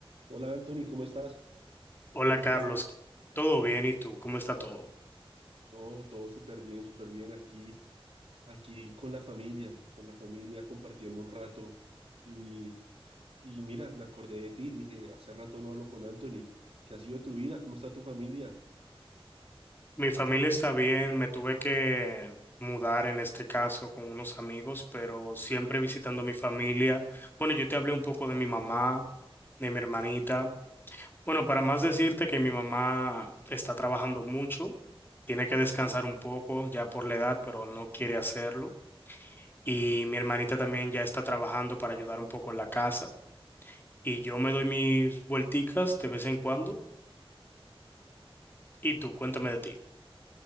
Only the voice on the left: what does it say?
Hola
Carlos,
¿todo bien? ¿Y tú? ¿Cómo está todo?
Mi familia está bien, me tuve que mudar en este caso con unos amigos, pero siempre visitando a mi familia. Bueno, yo te hablé un poco de mi mamá, de mi hermanita. Bueno, para más decirte que mi mamá está trabajando mucho, tiene que descansar un poco ya por la edad, pero no quiere hacerlo. Y mi hermanita también ya está trabajando para ayudar un poco en la casa. Y yo me doy mis vuelticas de vez en cuando. ¿Y tú? Cuéntame de ti.